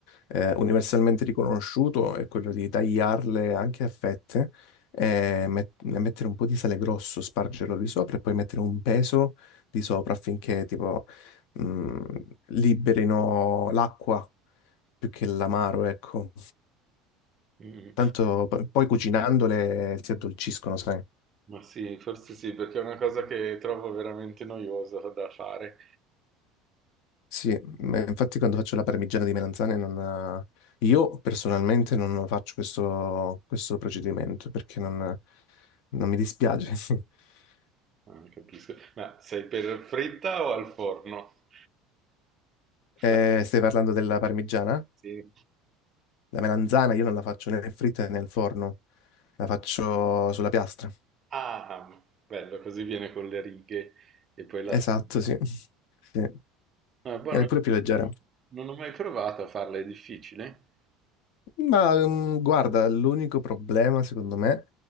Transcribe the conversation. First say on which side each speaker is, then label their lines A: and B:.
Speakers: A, on the left; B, on the right.
A: eh, universalmente riconosciuto è quello di tagliarle anche a fette, e met- e mettere un po' di sale grosso, spargerlo di sopra e poi mettere un peso di sopra affinché tipo mh, liberino l'acqua più che l'amaro, ecco.
B: Mm.
A: Tanto p- poi cucinandole si addolciscono, sai?
B: Ma sì, forse sì, perché è una cosa che trovo veramente noiosa da fare.
A: Sì, ma infatti quando faccio la parmigiana di melanzane non... Io personalmente non faccio questo, questo procedimento perché non, non mi dispiace. <laughs>
B: Ah, capisco. Ma sei per fritta o al forno?
A: Eh,
B: La-
A: stai parlando della parmigiana?
B: Sì.
A: La melanzana io non la faccio né fritta né al forno, la faccio sulla piastra.
B: Ah, bello, così viene con le righe e poi la...
A: Esatto,
B: stringi.
A: sì. <laughs> Sì.
B: Ah, buono.
A: È pure più leggera.
B: Non ho mai provato a farla, è difficile.
A: Ma mm, guarda, l'unico problema secondo me